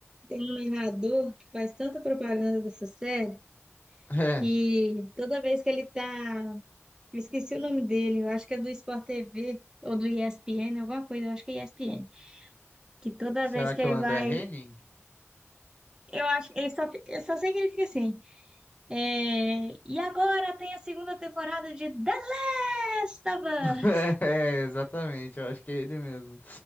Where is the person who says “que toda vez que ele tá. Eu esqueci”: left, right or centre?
Right